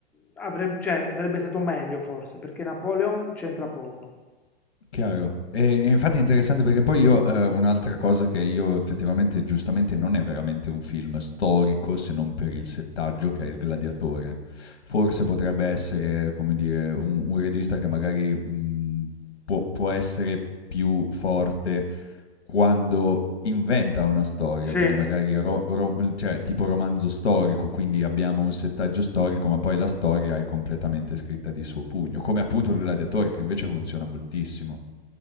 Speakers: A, in the centre; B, on the left.
A: avrebbe, cioè, sarebbe stato meglio forse, perché Napoleon c'entra poco.
B: Chiaro. E e infatti è interessante perché poi io, ehm, un'altra cosa che io effettivamente giustamente non è veramente un film storico, se non per il settaggio che è Il gladiatore. Forse potrebbe essere, come dire, un un regista che magari, mhmm, può può essere più forte quando inventa una storia,
A: Sì,
B: quindi magari ro ro l cioè tipo romanzo storico, quindi abbiamo un settaggio storico, ma poi la storia è completamente scritta di suo pugno, come appunto Il gladiatore che invece funziona moltissimo.